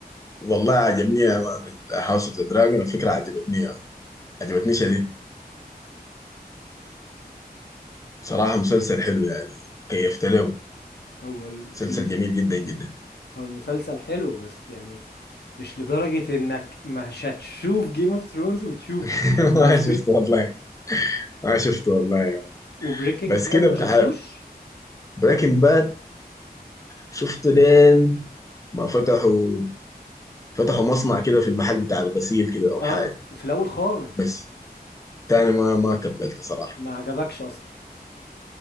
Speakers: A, on the left; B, on the left.
A: والله عجبني هاوس اوف ذا دراجون الفكرة عجبتني عجبتني شديد صراحة مسلسل حلو يعني كيفت له
B: هو ال-
A: مسلسل
B: الم-
A: جميل جدا جدا
B: هو المسلسل حلو بس يعني مش لدرجة انك مش هتشوف جيم اوف ثرونز وتشوفه
A: <laughs>
B: فاهم
A: ما
B: قصدي؟
A: شفته والله ما شفته والله يعني.
B: وبريكنج
A: بس
B: باد
A: كده
B: ما
A: بقى
B: شفتوش؟
A: بريكنج باد شفته لين ما فتحوا فتحوا مصنع كده في المحل بتاع الغسيل كده او
B: اه
A: حاجة
B: في الاول خالص
A: بس تاني ما ما كملت صراحة
B: ما عجبكش اصلا